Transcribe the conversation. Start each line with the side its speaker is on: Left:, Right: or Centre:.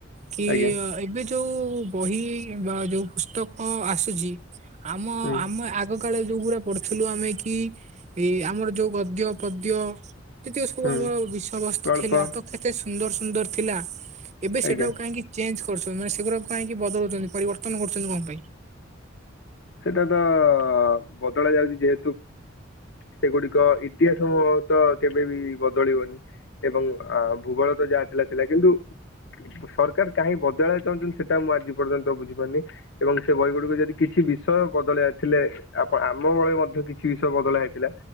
Right: କି
Left: ଆଜ୍ଞା
Right: ଏବେ ଯୋଉ ବହି ବା ଯୋଉ ପୁସ୍ତକ ଆସୁଛି ଆମ
Left: ହୁଁ
Right: ଆମେ ଆଗ କାଳ ଯୋଉଗୁଡା ପଢୁଥିଲୁ ଆମେ କି ଏ ଆମର ଯୋଉ ଗଦ୍ୟ ପଦ୍ୟ ଯେତିକ ସବୁ
Left: ହୁଁ
Right: ଆମର ବିଷୟ ବସ୍ତୁ
Left: ଗଳ୍ପ
Right: ଥିଲା ତ କେତେ ସୁ ସୁନ୍ଦର ସୁନ୍ଦର ଥିଲା ଏବେ ସେଟାକୁ
Left: ଆଜ୍ଞା
Right: କାହିଁକି ଚେଞ୍ଜଜ୍‌ କରୁସନ୍ତି ମାନେ ସେଗୁରା କାହିଁକି ବଦଳଉଛନ୍ତି ପରିବର୍ତ୍ତନ କରୁଛନ୍ତି କଣ ପାଇଁ?
Left: ସେଟା ତ ବଦଳା ଯାଉଛି ଯେହେତୁ ସେଗୁଡିକ ଇତିହାସ ମୁହତ କେବେ ବି ବଦଳିବନି ଏବଂ ଭୂଗୋଳ ଯାହା ଥିଲା ଥିଲା କିନ୍ତୁ ସରକାର କାହିଁ ବଦଳିବା ଚାହୁଁଛନ୍ତି ସେଟା ମୁଁ ଆଜି ପର୍ଯ୍ୟନ୍ତ ବୁଝିପାରୁନି ଏବଂ ସେ ବହି ଗୁଡିକୁ ଯଦି କିଛି ବି ବିଷୟ ବଦଳି ଥିଲେ ଆପ ଆମ ବଳ ମଧ୍ୟ କିଛି ବିଷୟ ବଦଳା ହେଇଥିଲା